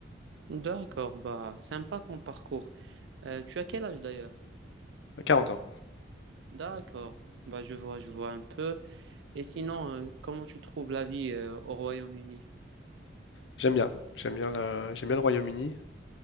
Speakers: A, on the right (about 75°); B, on the left (about 75°).
A: D'accord, bah sympa comme parcours. Euh, tu as quel âge d'ailleurs?
B: À 40 ans.
A: D'accord. Bah, je vois, je vois un peu. Et sinon, euh, comment tu trouves la vie euh, au Royaume-Uni?
B: J'aime bien. J'aime bien la- j'aime bien le Royaume-Uni.